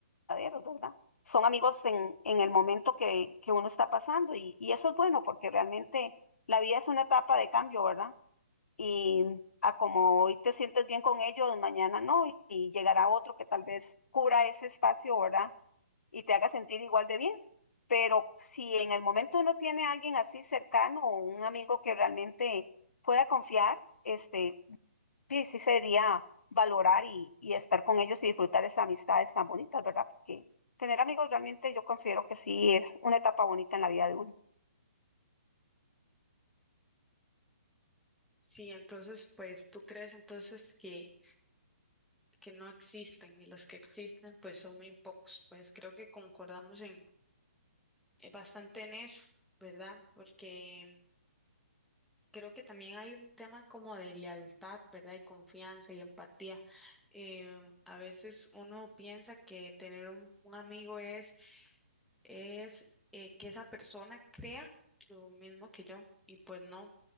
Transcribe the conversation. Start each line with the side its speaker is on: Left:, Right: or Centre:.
Left: verdaderos, ¿verdad? Son amigos en, en el momento que, que uno está pasando y, y eso es bueno porque realmente la vida es una etapa de cambio, ¿verdad? Y a como hoy te sientes bien con ellos, mañana no, y, y llegará otro que tal vez cubra ese espacio, ¿verdad? Y te haga sentir igual de bien. Pero si en el momento uno tiene a alguien así cercano o un amigo que realmente pueda confiar, este, Sí, sí sería valorar y, y estar con ellos y disfrutar esas amistades tan bonitas, ¿verdad? Porque tener amigos realmente yo considero que sí es una etapa bonita en la vida de uno.
Centre: Sí, entonces, pues tú crees entonces que, que no existen y los que existen pues son muy pocos, pues creo que concordamos en eh, bastante en eso, ¿verdad? Porque Creo que también hay un tema como de lealtad, ¿verdad? Y confianza y empatía. Em, a veces uno piensa que tener un, un amigo es, es eh, que esa persona crea lo mismo que yo y pues no.